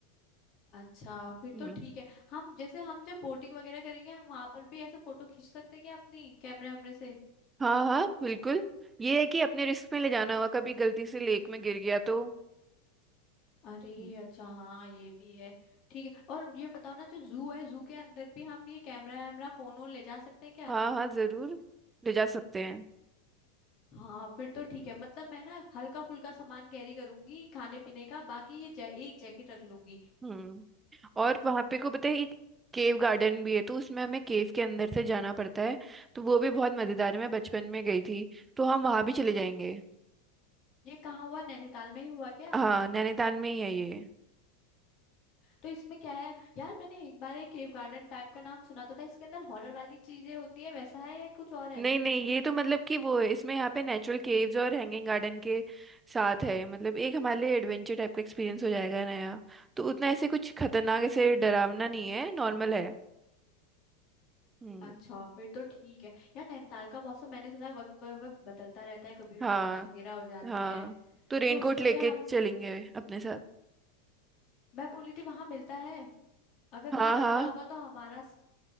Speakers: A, on the left; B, on the right.
A: अच्छा फिर
B: हम्म
A: तो ठीक है हम जैसे हम जब बोटिंग वगैरह करेंगे हम वहां पर भी ऐसे फोटो खींच सकते हैं क्या अपनी कैमरे वैमरे से
B: हाँ हाँ बिल्कुल ये है कि अपने रिस्क में ले जाना होगा कभी गलती से लेक में गिर गया तो
A: अरे
B: हम्म।
A: अच्छा हाँ ये भी है ठीक है और ये बताओ ना जो जू है जू के अंदर भी हम ये कैमरा वैमरा फोन वोन ले जा सकते हैं क्या
B: हाँ हाँ जरूर ले जा सकते हैं
A: हाँ फिर तो ठीक है मतलब मैं ना हल्का फुल्का सामान कैरी करूंगी खाने पीने का बाकी ये जै, एक जैकेट रख लूंगी
B: हम्म और वहां पे को पता है एक केव गार्डन भी है तो उसमें हमें केव के अंदर से जाना पड़ता है तो वो भी बहुत मजेदार है मैं बचपन में गई थी तो हम वहां भी चले जाएंगे
A: ये कहाँ हुआ नैनीताल में ही हुआ क्या
B: हाँ नैनीताल में ही है ये
A: तो इसमें क्या है यार मैंने एक बार एक केव गार्डन टाइप का नाम सुना तो था इसके अंदर हॉरर वाली चीजें होती है वैसा है या कुछ और है
B: नहीं नहीं ये तो मतलब कि वो है इसमें यहाँ पे नेचुरल केव्स और हैंगिंग गार्डन के साथ है मतलब एक हमारे लिए एडवेंचर टाइप का एक्सपीरियंस हो जाएगा नया तो उतना ऐसे कुछ खतरनाक ऐसे डरावना नहीं है नॉर्मल है हम्म
A: अच्छा फिर तो ठीक है यार नैनीताल का मौसम मैंने सुना है वक्त पर वक्त बदलता रहता है कभी भी
B: हाँ
A: बारिश वगैरह हो जाती
B: हाँ
A: है
B: तो रेनकोट
A: तो उसके
B: लेके
A: लिए हम
B: चलेंगे अपने साथ
A: मैं बोली थी वहां मिलता है अगर
B: हाँ
A: वहां मिलता
B: हाँ
A: होगा तो हमारा स-